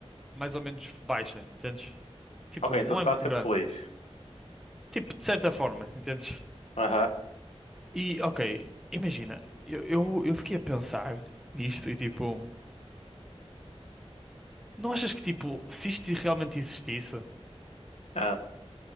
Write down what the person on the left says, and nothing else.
Ok, então
tá
sempre
feliz.
Aham,
ah,